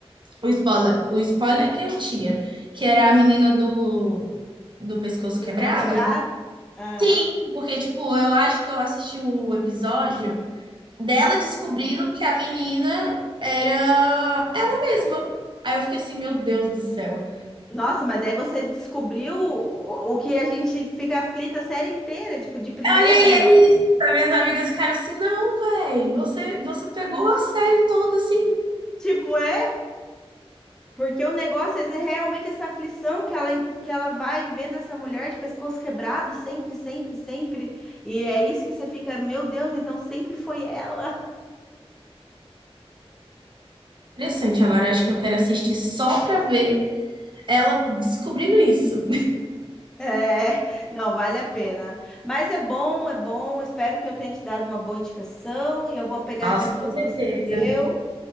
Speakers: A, on the right; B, in the centre.
A: o spoiler, o spoiler que eu tinha, que era a menina do, do pescoço
B: Do pescoço
A: quebrado.
B: quebrar. Ah.
A: Sim, porque, tipo, eu acho que eu assisti o episódio dela descobrindo que a menina era a mesma. Aí eu fiquei assim, meu Deus do céu.
B: Nossa, mas daí você descobriu o, o que a gente fica aflita a série inteira, tipo, de primeira,
A: Olha aí, é isso. As minhas amigas ficaram assim, não, velho, você, você pegou a série toda, assim.
B: Tipo, é, porque o negócio é realmente essa aflição que ela, que ela vai vendo essa mulher de pescoço quebrado sempre, sempre, sempre. E é isso que você fica, meu Deus, então sempre foi ela. <laughs>
A: Interessante, agora acho que eu quero assistir só pra ver ela descobrindo isso.
B: É, não, vale a pena. Mas é bom, é bom. Espero que eu tenha te dado uma boa indicação. E eu vou pegar
A: Nossa,
B: essa sua
A: com
B: que
A: certeza.
B: você me deu.